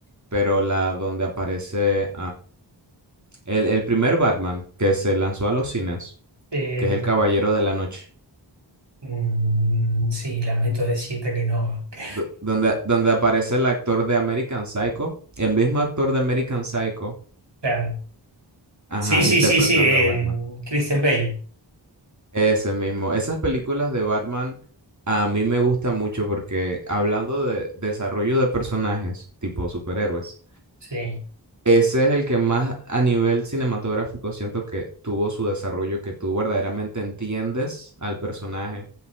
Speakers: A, on the right; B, on the right.
A: pero la donde aparece El, el primer Batman que se lanzó a los cines,
B: Eh,
A: que es El Caballero de la Noche,
B: mm, sí, lamento decirte que no. que-
A: do- donde, donde aparece el actor de American Psycho, el mismo actor de American Psycho,
B: claro.
A: ajá,
B: Sí, sí,
A: interpretando
B: sí, sí. eh,
A: a Batman.
B: Christian Bale.
A: Ese mismo. Esas películas de Batman a mí me gustan mucho porque hablando de desarrollo de personajes tipo superhéroes,
B: Sí.
A: ese es el que más a nivel cinematográfico siento que tuvo su desarrollo, que tú verdaderamente entiendes al personaje